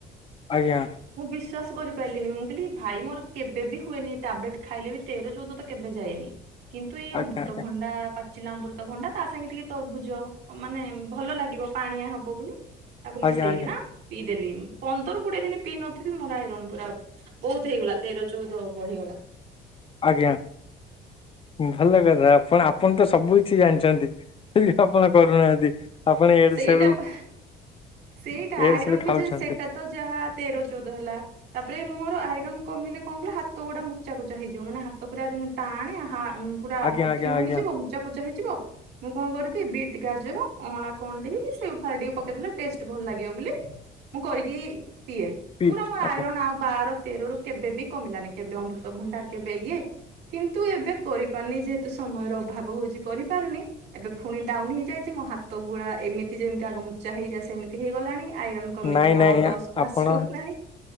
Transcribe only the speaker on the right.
ମୁଁ ବିଶ୍ଵାସ କରିପାରିଲିନି ମୁଁ କହିଲି ଭାଇ ମୋର କେବେ ବିି ହୁଏନି ଟାବ୍ଲେଟ ଖାଇଲେ ବି ତେର ଚଉଦ ତ କେବେ ଯାଏନି। କିନ୍ତୁ ଏଇ ଅମୃତ
ଭଣ୍ଡା ପା ଚିଲା ଅମୃତ ଭଣ୍ଡା ତା ସାଙ୍ଗେ ଟିକେ ତରଭୁଜ ମାନେ ଭଲ ଲାଗିବ ପାଣିଆ ହବ ବୋଲି। ତାକୁ
ମିଶେଇକି
ନା ପିଇଦେଲି ପନ୍ଦର କୋଡିଏ ଦିନ ପିଇ ନଥିବି ମୋର ଆଇରନ ପୁରା ବହୁତ ହେଇଗଲା ତେର ଚଉଦ ବଢିଗଲା।
ସେଇଟା
ପା ସେଇଟା
ଆଇରନ୍
ବି
ଯେ ସେଇଟା। ତ ଯାହା ତେର ଚଉଦ ହେଲା। ତାପରେ ମୋର ଆଇରନ୍ କମିଲେ କଣ କିଲ ହାତ ଗୁଡା ମୁଚା କଚା ହେଇଯିବ ମାନେ ହାତ ପୁରା ଟାଣେ ହା ପୁରା
କଠିନ
ହେଇଯିବ ମୁଚା କୋଚା ହେଇଯିବ ମୁଁ କଣ କରିବି ବିଟ୍ ଗାଜର ଅଁଳା କଣ୍ଡେଇକି ସେଓ ଫାଳେ ଟିକେ ପକେଇଦେଲେ ଟେଷ୍ଟ ଭଲ ଲାଗିବ ବୋଲି ମୁଁ କରିକିଇ ପିଏ।
ପୁରା ମୋର
ଆଇରନ୍ ଆଉ ବାର ତେରରୁ କେବେ ବି କମିଲାନି କେବେ ଅମୃତଭଣ୍ଡା କେବେ ଇଏ। କିନ୍ତୁ ଏବେ କରିପାରୁନି ଯେହେତୁ ସମୟର ଅଭାବ ହଉଛି କରିପାରୁନି। ଏବେ ପୁଣି ଡାଉନ ହେଇଯାଇଛି ମୋ ହାତ ଗୁଡା ଏମିତି ଯେମିତି ଆଗ ମୁଚା ହେଇଯାଏ ସେମିତି ହେଇଗଲାଣି। ଆଇରନ୍ କମିକି
ନଅ
ଦଶ କୁ
ଆସିଗଲାଣି।